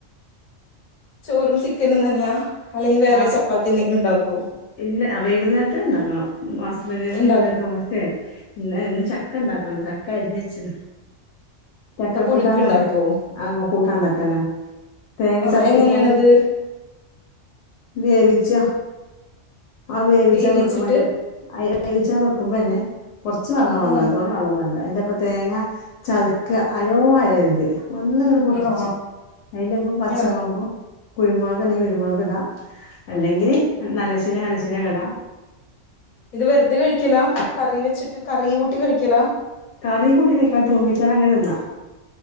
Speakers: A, on the left; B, on the left.
A: ചോറും ചിക്കനും തന്നെയാ അല്ലെങ്കി വേറെ
B: ആഹ്
A: ചപ്പാത്തി എന്തെങ്കിലും ഇണ്ടാക്കോ?
B: ഇല്ല ആ വൈകുന്നേര്ത്തിന് ഇണ്ടാക്കണം ഹസ്ബന്റിന്
A: ഉണ്ടാക്കും
B: ഞെന്തെലും ഓ. ദേ ഇന്നേ ഇന്ന് ചക്ക ഇണ്ടാക്കണം ചക്ക അരിഞ്ഞ്ച്ച്ണ്. ചക്ക
A: പുഴുക്ക്
B: കൂട്ടാണ്ടാക്കാ
A: ഉണ്ടാക്കുവോ
B: ആ കൂട്ടാണ്ടാക്കാനൊ തേങ്ങ
A: ആ
B: ചത്ക്കിയിട്ടാണ്ട്.
A: എങ്ങനെയാണത്
B: വേവിച്ച്അ ആ വേവിച്ചേമ്പക്കം
A: വേവിച്ചിട്ട്
B: അയ്. അയ്നെ വേവിച്ചാ വെക്കുമ്പോന്നെ കൊർച്ച് വെള്ളം പാർന്ന
A: ആ
B: മതി തോനെ വെള്ളം പാരണ്ട അയ്ന്റൊപ്പ. തേങ്ങ ചതക്ക നല്ലോ അരര്ത്. ഒന്ന്ങ്ങട് പൊട്ടിച്ച
A: ആ
B: അയ്ന്റൊപ്പം പച്ചമൊള്കും.
A: ആ
B: കുരുമുളക് ആണെങ്കി കുരുമുളക് ഇടാ അല്ലെങ്കിൽ നല്ല ചിരകാണെ നല്ലച്ചിരകെടാ.
A: ഇത് വെറുത കൈക്കലാ കറി വെച്ചിട്ട് കറി കൂട്ടി കൈക്കലാ.
B: കറിം കൂട്ടി കയ്ക്കാ തൂമിച്ചാതെ അങ്ങനെ തിന്നാ